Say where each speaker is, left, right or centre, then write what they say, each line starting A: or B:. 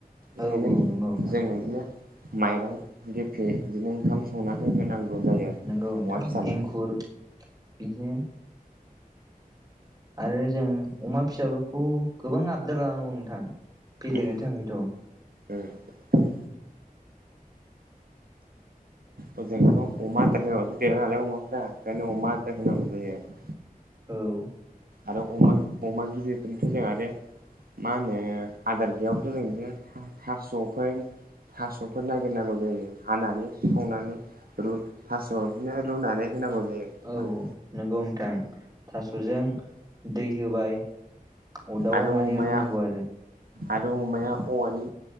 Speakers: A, on the right; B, on the right.
A: औ
B: ओंखायनो
A: नंगौ नोंथां
B: जों इदिनो माइरं गेफे दिनो ओंखाम संनानै होहोनांगौ जायो आरो।
A: नोंगौ नोंथां
B: अमा फिसानो
A: एंखुर बिदिनो आरो जों अमा फिसाफोरखौ गोबां आबदार लानांगौ नोंथां। फेदेरनो
B: उम
A: थाखायथ'
B: उम <inaudible> अ जोंथ' अमा आदार होआबाथ' देरा नालाय अमाफोरा ओंखायनो अमा आदार होनांगौ जायो आरो।
A: औ
B: आरो अमा अमा गिदिरफोरनिथ' जों आरो मा होनो आदार गैयाबाथ' जों <unintelligible> थास'फोन थास'फोर नागिरनांगौ जायो हानानै संनानै रु थास' बिदिनो रुनानै होनांगौ जायो।
A: औ
B: माने
A: नोंगौ नोंथां थास'जों दै होबाय अरदाबाव
B: आरो
A: माने
B: अमाया
A: रुनांगौ आरो
B: आरो अमाया औवानि